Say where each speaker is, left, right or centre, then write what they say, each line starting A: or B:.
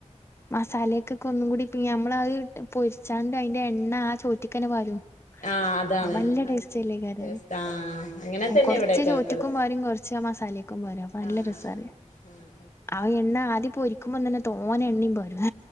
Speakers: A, on the left; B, on the left.
A: മസാലയൊക്കൊക്കെ ഒന്നും കൂടി ഞമ്മളയ് പൊരിച്ചാണ്ട് അയിന്റെ എണ്ണ ആഹ് ചോറ്റിക്കന്നെ പാരും.
B: ആഹ് അതാണ്
A: അപ്പല്ലേ ടേസ്റ്റ്ല്ലേക്കാരത്
B: ടേസ്റ്റ് ആഹ് അങ്ങനെ തന്നെ
A: കൊറച്ച്
B: ഇവിടെയൊക്കെ
A: ചോറ്റ്ക്കും
B: വെക്കല്
A: വാരും കൊറ് ച് ആഹ് മസാലേക്കും പാര അപ്പൊ നല്ലെ
B: ആഹ്
A: രസാണ്.
B: ആഹ്
A: ആഹ് എണ്ണ ആദ്യപ്പോരിക്കുംമ്പോ തന്നെ തോനെണ്ണി പാരും.